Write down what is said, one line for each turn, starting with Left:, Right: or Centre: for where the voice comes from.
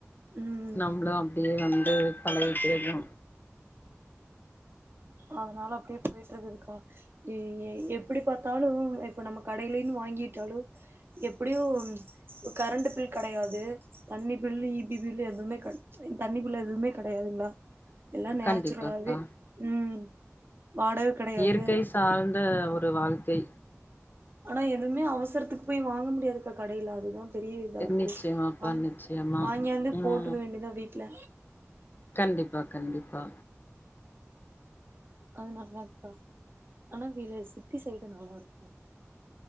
Right: ம்
Left: நம்பளு அப்டியே வந்து பழகிக்கிறனு
Right: அதனால அப்டியே போயிட்ருக்குதுக்கா எ எ எப்பிடி பாத்தாலு இப்ப நம்ம கடைலருந்து வாங்கிட்டாலு எப்டியு இப்ப கரண்ட்டு பில் கெடையாது தண்ணி பில்லு இ பி பில்லு எதுமே கெட் தண்ணி பில்லு எதுமே கெடையாதுங்ளா எல்லா நேச்சுராலாவே
Left: கண்டிப்பாப்பா
Right: ம் வாடக கெடையாது
Left: இயற்கை சார்ந்த ஒரு வாழ்க்கை
Right: ஆனா எதுவுமே அவசரத்துக்கு போய் வாங்க முடியாதுக்கா கடைல அதுதா பெரிய இதா இருக்கு
Left: நிச்சயமாப்பா
Right: வாங்கி
Left: நிச்சயமா
Right: வாங்கியாந்து போட்டுக்க
Left: ம்
Right: வேண்டியதா வீட்ல
Left: கண்டிப்பா கண்டிப்பா
Right: அதுனாலதா அக்கா ஆனா வீடு சிட்டி சைடு நல்லா இருக்